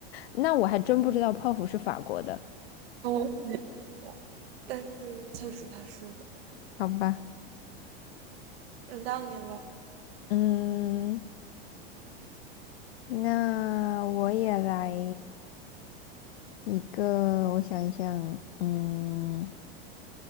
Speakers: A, on the left; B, on the right.
A: 那我还真不知道泡芙是法国的，
B: 啊我也有，但是确实它是的。
A: 好吧。
B: 轮到你了，
A: 嗯，那我也来一个，我想一想，嗯。